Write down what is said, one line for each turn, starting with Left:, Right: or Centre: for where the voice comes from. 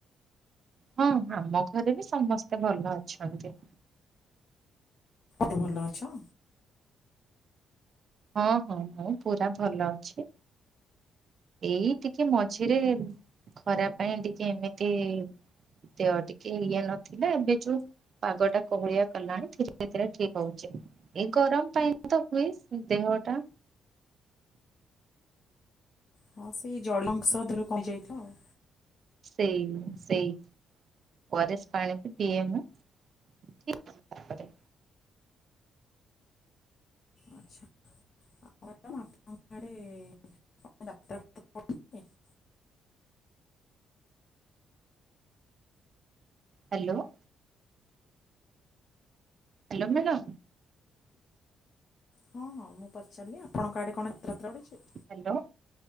Right: ହଁ ଆମ ଘରେ ବି ସମସ୍ତେ ଭଲ ଅଛନ୍ତି।
Left: <inaudible> ଭଲ ଅଛ?
Right: ହଁ-ହଁ ମୁଁ ପୁରା ଭଲ ଅଛି। ଏଇ ଟିକେ ମଝିରେ ଖରା ପାଇଁ ଟିକେ ଏମିତି ଦେହ ଟିକେ ଇଏ ନଥିଲା ଏବେ ଯୋଉ ପାଗ ଟା କୁହଳିଆ କଲାଣି ଧୀରେ-ଧୀରେ ଠିକ ହଉଛି ଏଇ ଗରମ ପାଇଁ ତ ହୁଏ। ଦେହ ଟା।
Left: ହଁ ସେଇ ଜଳ ଅଂଶ ଦେହରୁ କମି ଯାଇଥିବ ଆଉ।
Right: ସେଇ-ସେଇ ଓଆରଏସ ପାଣିକୁ ପିଏ ମୁଁ। ଠିକ୍ ଭାବରେ।
Left: ଆଚ୍ଛା। ହଁ ମ୍ୟାଡ଼ମ ଆପଣଙ୍କ ଆଡେ ଯାତ୍ରା <inaudible>
Right: ହ୍ୟାଲୋ। Hello madam.
Left: ହଁ-ହଁ ମୁଁ ପଚାରିଲି ଆପଣଙ୍କ ଆଡେ କଣ ଯାତ୍ରା ଫାତ୍ରା ପଡିଛି?
Right: ହ୍ୟାଲୋ